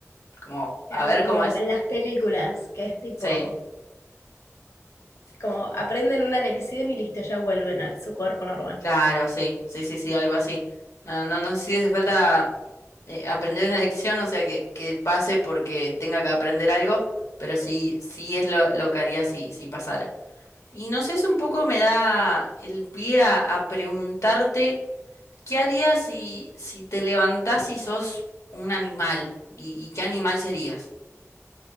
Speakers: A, on the left; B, on the left.
A: como
B: claro,
A: a ver
B: como
A: cómo es.
B: en las películas, que es tipo,
A: Sí.
B: como aprenden una lección y listo, ya vuelven a su cuerpo normal.
A: Claro, sí, sí, sí, sí, algo así. No, no, no sé si hace falta eh, aprender una <laughs> lección, o sea, que, que pase porque tenga que aprender algo, pero sí, sí es lo, lo que haría si, si pasara. Y no sé, eso un poco me da el pie a, a preguntarte, ¿qué harías si, si te levantás y sos un animal? ¿Y, y qué animal serías?